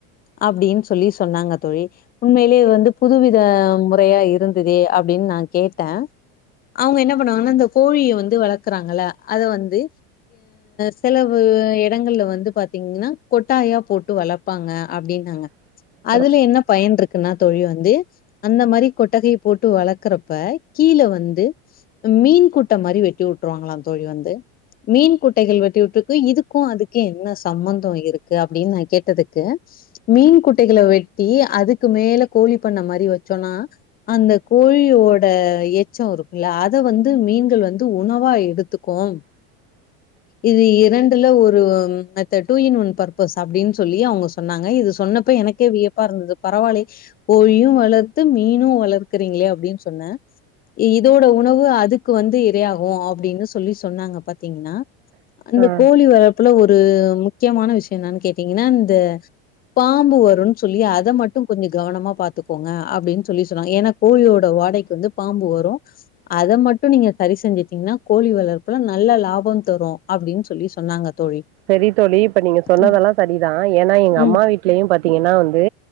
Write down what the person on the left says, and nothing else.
அப்டின்னு சொல்லி சொன்னாங்க தோழி உண்மையிலயே வந்து புதுவித முறையா இருந் இதுவே அப்டின்னு நான் கேட்டேன் அவங்க என்ன பண்ணுவாங்கன்னா இந்தந்த கோழிய வந்து வளக்குறாங்கல்ல அத வந்து செலவு இடங்கள்ல வந்து பாத்தீங்கன்னா கொட்டாயா போட்டு வளர்ப்பாங்க அப்டின்னாங்க
அதுல என்ன பயன் இருக்குன்னா தோழி வந்து அந்த மாரி கொட்டகை போட்டு வளக்குறப்ப கீழ வந்து மீன் கூட்டம் மாரி வெட்டி விட்டுருவாங்களா தோழி வந்து மீன் குட்டைகள் வெட்டி விட்டுருக்கு இதுக்கு அதுக்கு என்ன சம்பந்தோ இருக்கு அப்டின்னு நா கேட்டதுக்கு மீன் குட்டைகளை வெட்டி அதுக்கு மேல கோழி பண்ண மாரி வச்சோன்னா அந்த கோழியோட எச்சொ இருக்குல்ல அத வந்து மீன்கள் வந்து உணவா எடுத்துக்கும்
இது இரண்டுல ஒரு method two in one purpose அப்டின்னு சொல்லி அவுங்க சொன்னாங்க இது சொன்னப்ப எனக் கே வியப்பா இருந்தது பரவாயில்யே கோழியு வளர்த்து மீனும் வளர்க்குறீங்களே அப்டின்னு சொன்னே இதோட உணவு அதுக்கு வந்து இரையாகு அப்டின்னு சொல்லி சொன்னாங்க பாத்தீங்கன்னா அந்த
கோழி வளர்ப்புல ஒரு முக்கியமான விஷய என்னான்னு கேட்டீங்கன்னா இந்த பாம்பு வருன்னு சொல்லி அத மட்டு கொஞ்ச கவனமா பாத்துக்கோங்க அப்டின்னு சொல்லி சொன்னாங்க எனக்கு கோழியோட வாடைக்கு வந்து பாம்பு வரு அத மட்டு நீங்க சரி செஞ்சுட்டீங்கன்னா கோழி வளர்ப்புல நல்ல லாபத்தரு அப்டின்னு சொல்லி சொன்னாங்க தோழி
ம்,
ம்,